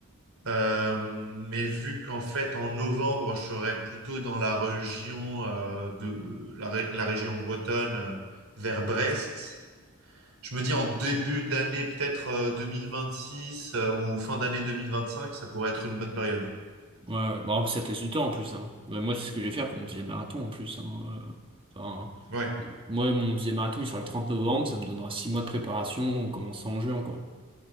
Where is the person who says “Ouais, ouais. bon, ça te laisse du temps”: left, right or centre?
Right